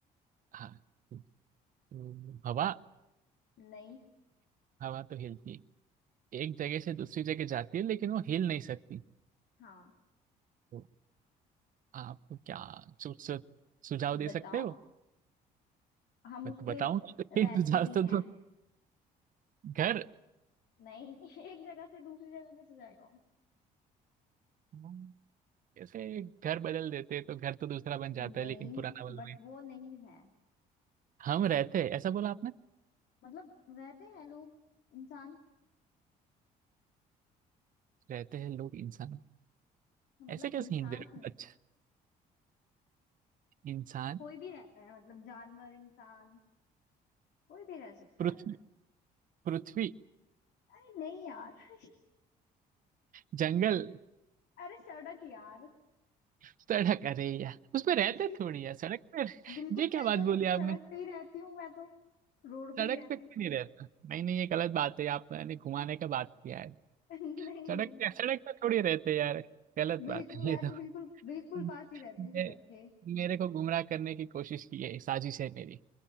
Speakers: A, on the right; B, on the left.
A: हाँ हम्म, हवा
B: नहीं
A: हवा तो हिलती है एक जगह से दूसरी जगह जाती है लेकिन वो हिल नहीं सकती
B: हाँ
A: तो आप क्या सु, सु, सुझाव दे
B: बताओ
A: सकते हो
B: हम
A: बत,
B: उस
A: बताऊं
B: पे
A: <laughs> सुझाव
B: रहते भी
A: तो,
B: हैं
A: तो घर
B: नहीं <laughs> एक जगह से दूसरी जगह कैसे जाएगा वो?
A: हम्म, जैसे घर बदल देते हैं तो घर तो दूसरा बन जाता
B: नहीं
A: है लेकिन पुराना वाला
B: बट
A: नहीं
B: वो नहीं है
A: हम रहते हैं ऐसा बोला आपने
B: मतलब रहते हैं लोग इंसान
A: रहते हैं लोग इंसान
B: मतलब
A: ऐसे कैसे
B: इंसान
A: हिंदी अच्छा इंसान
B: कोई भी रहता है मतलब जानवर इंसान कोई भी रह सकता
A: पृथ्वी
B: है
A: पृथ्वी
B: अरे नहीं यार <laughs>
A: जंगल
B: अरे सड़क यार
A: सड़क अरे यार उसमें रहते
B: <laughs>
A: थोड़ी यार सड़क पर <laughs>
B: बिल्कुल
A: ये क्या
B: मैं
A: बात
B: तो
A: बोली
B: सड़क
A: आपने
B: पे ही रहती हूँ मैं तो रोड पे
A: सड़क
B: ही रहती
A: पे क्यों
B: हूँ
A: नहीं रहता नहीं नहीं ये गलत बात है आपने घुमाने का बात किया है
B: <laughs> नहीं
A: सड़क
B: नहीं
A: पे सड़क पे थोड़ी रहते यार गलत
B: बिल्कुल
A: बात है
B: मैं
A: ये
B: तो
A: तो
B: बिल्कुल बिल्कुल
A: <laughs>
B: पास ही रहती
A: मेरे,
B: हूँ सड़क के
A: मेरे को गुमराह करने की कोशिश की है साजिश है मेरी